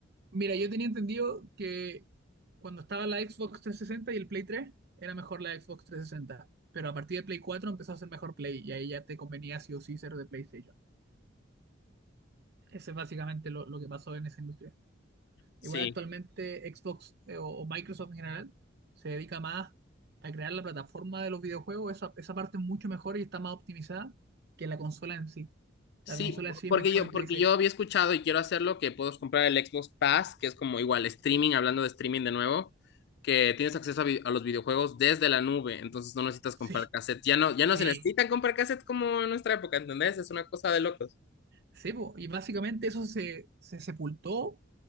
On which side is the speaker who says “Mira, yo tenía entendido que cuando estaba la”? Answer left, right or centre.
Right